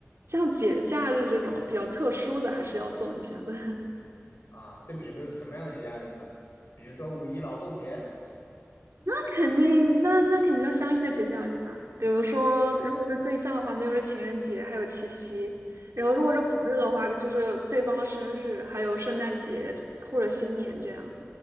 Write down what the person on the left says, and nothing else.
啊，就比如说什么样的节假日呢？比如说五一劳动节
啊
啊